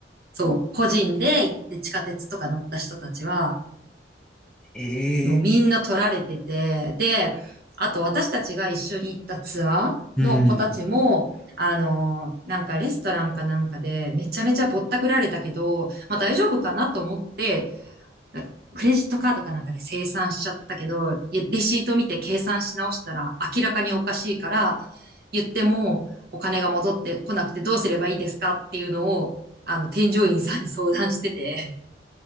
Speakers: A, on the right; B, in the centre.
A: そう。個人で行って地下鉄とか乗った人たちは、
B: ええ
A: もうみんな取られてて、で、あと私たちが一緒に行ったツアーの子たちも、
B: ー。うん。
A: あの、なんかレストランかなんかでめちゃめちゃぼったくられたけど、まあ大丈夫かなと思って、クレジットカードかなんかで清算しちゃったけど、いやレシート見て計算し直したら明らかにおかしいから、言ってもお金が戻ってこなくてどうすればいいですかっていうのを、あの、添乗員さんに相談してて、